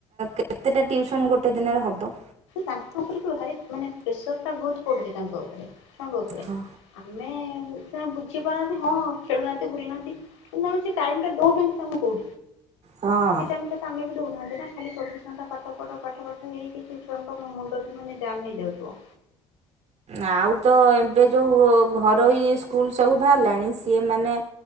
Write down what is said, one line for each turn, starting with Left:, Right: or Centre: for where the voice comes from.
Right: କେତେଟା ଟିଉସନ୍ ଗୋଟେ ଦିନରେ ହବ।
Left: ତାଙ୍କ ଉପରେ ବି ଭାରି ମାନେ ପ୍ରେସର ଟା ବହୁତୁ ପଡୁଛି ତାଙ୍କ ଉପରେ ସାଙ୍ଗ ଉପରେ।
Right: ହଁ।
Left: ଆମେ ସେ ବୁଝି ପାରୁନାହାନ୍ତି ହଁ ଖେଳୁନାହାନ୍ତି ବୁଲୁ ନାହାନ୍ତି। <unintelligible> ସେ ଟାଇମଟା ଦଉଚନ୍ତି ତାମକୁ।
Right: ହଁ।
Left: ସେ ଟାଇମଟା ତମେ ବି ଦଉନାହାନ୍ତି ନା ଖାଲି ଚବିଶ ଘଣ୍ଟା ପାଠ ପଢ କଠ କଠ ହେଇକି ପିଲାଙ୍କ ମୁଣ୍ଡ ବି ମାନେ ଜାମ ହେଇଯାଉଥିବ।
Right: ଆଉ ତ ଏବେ ଯେଉଁ ଘରୋଇ ସ୍କୁଲ୍ ସବୁ ବାହାରିଲାଣି ସିଏ ମାନେ